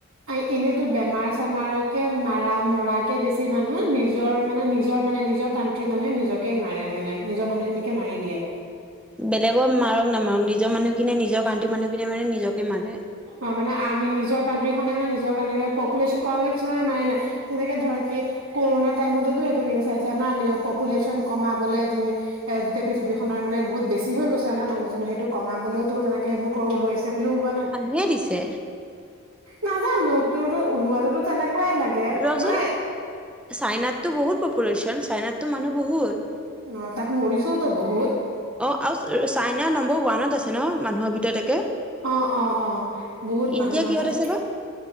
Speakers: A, on the right; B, in the centre.
A: আ এনেইতো বেমাৰ চেমাৰকে মাৰা মৰাকে বেছি মানুহ নিজৰ মানে নিজৰ মানে নিজৰ। কানণ্ট্ৰ মানুহে নিজকে মাৰে মানে নিজৰ মানুহখিনিকে মাৰি দিয়ে।
B: বেলেগৰ মাৰক নামাৰক নিজৰ মানুহখিনিয়ে নিজৰ কান্তিৰ মানুহখিনিয়ে মানে, নিজকে মাৰে।
A: অ মানে আৰ্মি নিজৰ কাণ্ট্ৰিখনে মানে নিজৰ কাৰনে পপুলেশ্যন কৰা কিছুমানে মাৰে নাই? তেনেকে ধৰ কি কৰোনা টাইমততো সেইটো নিউজাইছে ন পুলেশচন কমাবলে য। এ গোটেই পৃথিৱীখনৰ মানে বহুত বেছি হৈ গৈছে ন মানুহজনৰ সেইটো কমাবলেও তোৰ তেনেকে সেইবোৰ। ক ওলাইছে বুলিও ওলোৱা নাই?
B: কোনে দিছে।
A: নাজানো তোৰতো ওলোৱা টোতো তেনেকুৱাই লাগে।
B: ৰচোন
A: মানে
B: চাইনাততো বহুত পপুলেশ্যন চাইনাততো মানুহ বহুত।।
A: অ', তাত মৰিছোওতো বহুত।
B: অ', আৰু চাইনা নম্বৰ ওৱানত আছে ন', মানুহৰ ভিতৰত একে?
A: অ', অ', অ', বহুত মানুহ
B: ইণ্ডিয়া কিহত
A: আছে।
B: বা?